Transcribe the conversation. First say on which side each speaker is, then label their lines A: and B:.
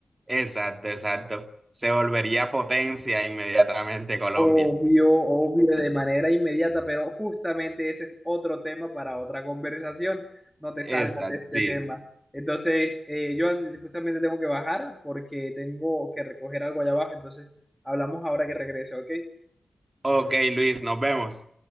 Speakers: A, on the right; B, in the centre.
A: Exacto, exacto. Se volvería potencia inmediatamente Colombia.
B: Obvio, obvio, de manera inmediata, pero justamente ese es otro tema para otra conversación. No te
A: Exacto,
B: salgas de este
A: sí,
B: tema.
A: sí.
B: Entonces, eh, yo an- justamente tengo que bajar porque tengo que recoger algo allá abajo. Entonces, hablamos ahora que regrese, ¿ok?
A: Ok, Luis, nos vemos.